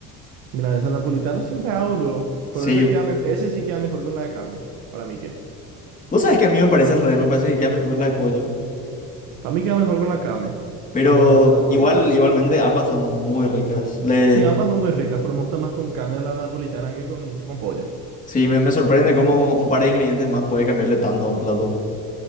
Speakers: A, on the right (about 90°); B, on the left (about 25°).
A: Milanesa napolitana siempre hago luego. Pero
B: Sí.
A: ese, queda me- ese sí queda mejor con la de carne. Para mí qué
B: Vos sabés que a mí me parece al revés, me parece que queda mejor con la de pollo.
A: Para mí queda mejor con la carne.
B: Pero
A: La milanesa napolitana.
B: igual, igualmente ambas son muy ricas. Le,
A: Sí, ambas son muy ricas, pero me gusta más con carne de la napolitana que con, con pollo.
B: Sí, me, me sorprende cómo un par de ingredientes más puede cambiarle tanto a un plato.